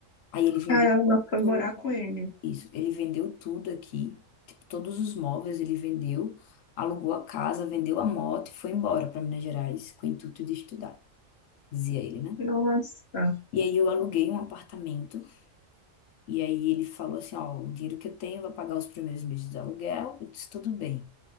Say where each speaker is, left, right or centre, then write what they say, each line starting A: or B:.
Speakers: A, on the left; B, on the left.
A: Aí ele vendeu
B: Caramba, foi
A: tudo,
B: morar com ele.
A: isso, ele vendeu tudo aqui, tipo, todos os móveis ele vendeu, alugou a casa, vendeu a moto e foi embora para Minas Gerais com o intuito de estudar, dizia ele, né?
B: Nossa.
A: E aí eu aluguei um apartamento e aí ele falou assim, ó, o dinheiro que eu tenho vai pagar os primeiros meses do aluguel, eu disse, tudo bem.